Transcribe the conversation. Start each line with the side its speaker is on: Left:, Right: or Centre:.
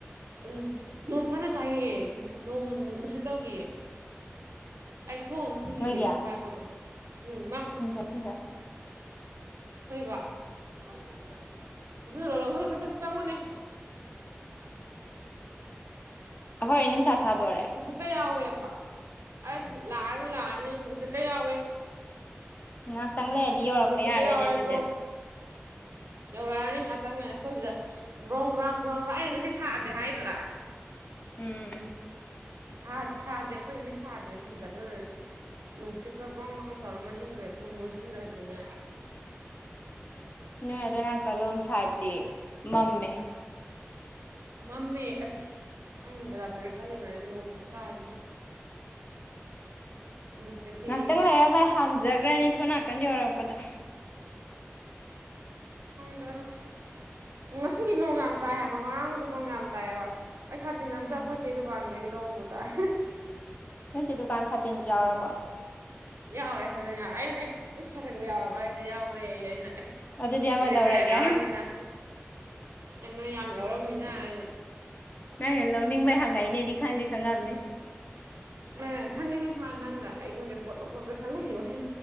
Right: ꯑ ꯅꯣꯡ ꯀꯥꯟꯅ ꯇꯥꯏꯌꯦ ꯑ ꯅꯣꯡ ꯅꯨꯡꯁꯤꯠ ꯇꯧꯔꯤꯌꯦ ꯑꯩ ꯊ‌ꯣꯡ ꯊꯤꯡꯖꯤꯟꯒꯦꯀꯣ
Left: ꯅꯣꯏꯒꯤ
Right: ꯄꯥꯏꯌ‌ꯣꯀꯣ ꯗꯨꯝ ꯎ ꯃꯥ
Left: ꯊꯤꯟꯖ ꯊꯤꯟꯖ
Right: <unintelligible> <unintelligible> ꯂꯧꯁꯤꯜꯂ‌ꯣ ꯂꯧꯁꯤꯜꯂ‌ꯣ ꯁ ꯁꯠ ꯆꯪꯉꯣꯅꯦ
Left: ꯑꯈ‌ꯣꯏ ꯅꯨꯡꯁꯥ ꯁꯥꯗꯣꯔ‌ꯦꯑꯦ
Right: ꯀ ꯌꯥꯎꯋꯦꯕ ꯑꯁ ꯂꯥꯛꯑꯅꯤ ꯂꯥꯛꯑꯅꯤ ꯅꯨꯡꯁꯤꯠꯀ ꯌꯥꯎꯋꯦ
Left: ꯉꯥꯛꯇꯪ ꯂꯩꯔꯗꯤ ꯌꯧꯔꯛꯄ
Right: ꯅꯨꯡꯁꯤꯠꯀ
Left: ꯌꯥꯔꯦꯅꯦ
Right: ꯌꯥꯎꯋꯦ
Left: ꯑꯗꯨꯗ‌ꯦ
Right: ꯒ꯭ꯔꯣ ꯌꯧꯔꯛꯑꯅꯤ ꯉꯥꯛꯇꯪꯅ ꯑꯩꯈꯣꯏꯁꯤꯗ ꯒ꯭ꯔꯣꯡ ꯒ꯭ꯔꯥꯎ ꯒ꯭ꯔꯥꯎꯣꯡ ꯒ꯭ꯔꯥꯎ ꯑꯩꯅ ꯉꯁꯤ ꯁꯥꯗꯦ ꯍꯥꯏꯗ꯭ꯔꯥ
Left: ꯎꯝ ꯎꯝ
Right: ꯁꯥꯗꯦ ꯁꯗꯦ ꯑꯩꯈꯣꯏ ꯍꯧꯖꯤꯛ ꯁꯥꯗꯦꯕ ꯁꯤꯗ ꯎꯝ ꯅꯨꯡꯁꯤꯠꯀ ꯒ꯭ꯔꯣꯡ ꯒ꯭ꯔꯥꯡ ꯇꯧꯔꯝ ꯃꯅꯤꯡꯈꯩ ꯊꯣꯡ ꯂꯨꯁꯤꯟꯗ꯭ꯔꯁꯤꯅꯦ
Left: ꯅꯣꯏ ꯑꯗꯣ ꯅꯥꯀꯜꯂꯣꯝ ꯁꯥꯏꯗꯠꯇꯤ ꯃꯝꯃꯦ
Right: ꯃꯝꯃꯦ ꯑꯁ ꯑꯩꯅ ꯕꯖꯥꯔ ꯆꯥꯀꯦ ꯈꯜꯂꯤꯉꯩꯗꯤ ꯅꯣꯡꯃꯁꯛ ꯇꯥꯔꯤꯁꯤꯕ ꯕꯤꯠꯀ ꯇꯦꯛꯑꯦ
Left: ꯉꯥꯏꯍꯥꯛꯇ ꯉꯥꯏꯔ ꯃ ꯑꯩ ꯍꯥꯡꯖꯈ꯭ꯔꯅꯤ ꯁꯣꯝ ꯅꯥꯀꯟ ꯌꯧꯔꯛꯄꯗꯣ
Right: ꯪ <unintelligible> ꯉꯁꯤꯗꯤ ꯅꯣꯡ ꯌꯥꯝ ꯇꯥꯏ ꯍꯥꯏꯕ ꯉꯔꯥꯡꯁꯨ ꯅꯣꯡ ꯌꯥꯝ ꯇꯥꯏꯑꯕ ꯑꯩ ꯁꯥ ꯁꯇꯤꯟ ꯑꯝꯇ
Left: ꯎꯝ
Right: ꯑꯩꯈꯣꯏ ꯆꯩ ꯗꯨꯀꯥꯟꯗꯒꯤ ꯂꯧꯔꯨꯕ ꯇꯥꯔꯦ
Left: ꯅꯣꯏ ꯆꯦ ꯗꯨꯀꯥꯟ ꯁꯥꯇꯤꯟꯁꯨ ꯌꯥꯎꯔꯕꯣ
Right: ꯌꯥꯎꯔꯦ ꯁꯥ ꯁꯪ ꯌꯥꯎꯔꯦ ꯑꯩꯅꯅꯦ ꯑꯦ ꯀ ꯁꯥꯇꯤꯟꯒ ꯌꯥꯎꯔꯕ ꯍꯥꯏꯁꯦ ꯌꯥꯎꯔꯦ ꯑꯩꯅ ꯑꯁ
Left: ꯑꯗꯨꯗꯤ ꯑꯃ
Right: ꯑꯩꯉꯩꯅ
Left: ꯂꯧꯔꯒꯦ
Right: ꯌꯥꯝ ꯌꯥꯎꯔꯝꯃꯤꯅ ꯑꯩ ꯅꯣꯏ ꯌꯥꯝ ꯌꯥꯎꯔꯝꯃꯤꯅ ꯑꯩꯅ
Left: ꯅꯪꯅ ꯂꯧꯅꯤꯡꯕꯩ ꯍꯪꯉꯛꯏꯅꯦꯗꯤ ꯈꯪꯗꯦ ꯈꯪꯉꯝꯅꯦ
Right: ꯑꯦ ꯈꯪꯉꯦꯍꯦ ꯃꯥ ꯅꯪꯅ ꯑꯩꯉꯣꯟꯗ ꯄꯣꯠ ꯂꯧꯕꯥꯝꯗ ꯈꯜ ꯂꯩꯌꯣꯍꯦ